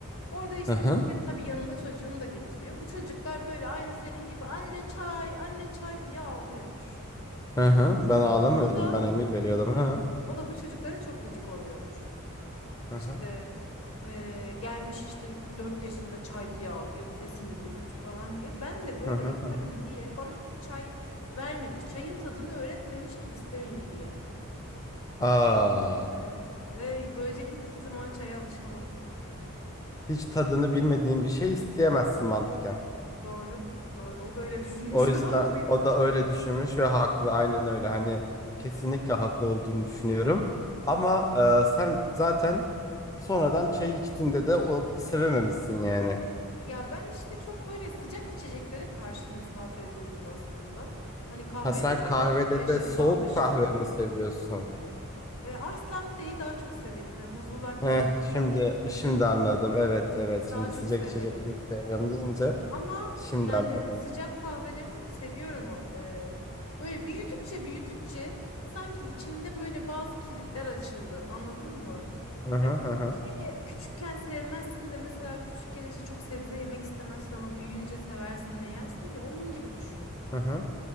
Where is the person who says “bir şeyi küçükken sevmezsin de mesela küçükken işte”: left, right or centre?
Left